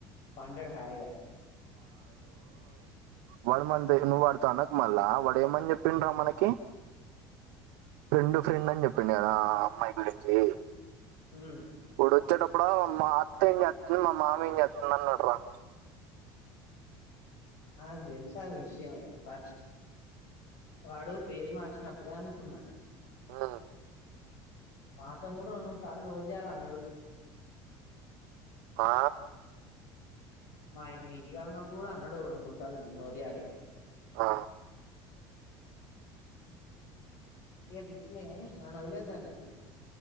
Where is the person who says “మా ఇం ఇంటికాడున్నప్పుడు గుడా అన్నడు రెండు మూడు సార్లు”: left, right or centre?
Left